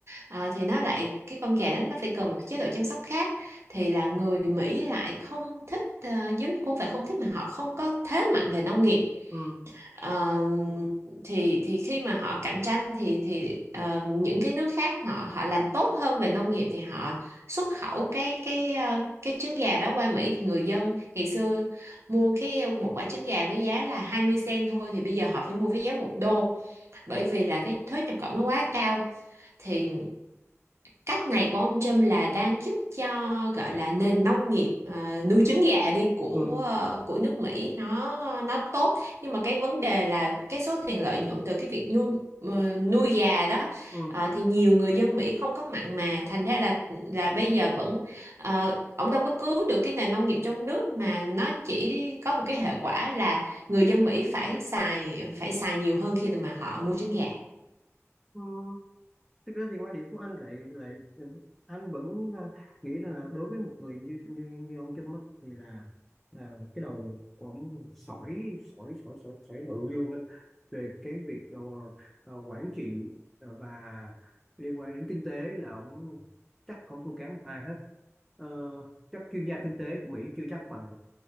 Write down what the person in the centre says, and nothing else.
Ừ.
Ừ.
Ừ.
Ừ. thực ra thì quan điểm của anh lại lại ừ, anh vẫn ờ, nghĩ là đối với một người như như, như ông Trump á, thì là ờ, cái đầu của ông sỏi sỏi sỏi sỏi sỏi bự luôn á về cái việc ờ, ờ, quản trị ờ, và liên quan đến kinh tế là ông chắc không thua kém một ai hết Ờ, chắc chuyên gia kinh tế của Mỹ chưa chắc bằng